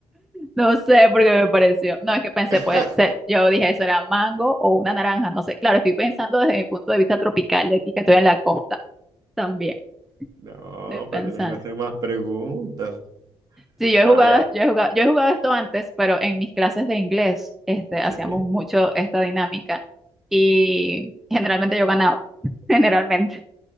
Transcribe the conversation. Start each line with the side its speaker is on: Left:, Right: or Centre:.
Centre: No sé porque me pareció. No, es que pensé,
Right: <laughs>
Centre: puede ser. Yo dije, ¿será mango o una naranja? No sé. Claro, estoy pensando desde mi punto de vista tropical de aquí, que estoy en la costa también.
Right: No,
Centre: Estoy pensando.
Right: pero tenés que hacer más preguntas.
Centre: Sí, yo he
Right: Ah,
Centre: jugado,
Right: ya,
Centre: yo he jugado, yo he jugado esto antes, pero en mis clases de inglés, este,
Right: sí,
Centre: hacíamos mucho esta dinámica y generalmente yo ganaba. <laughs> Generalmente.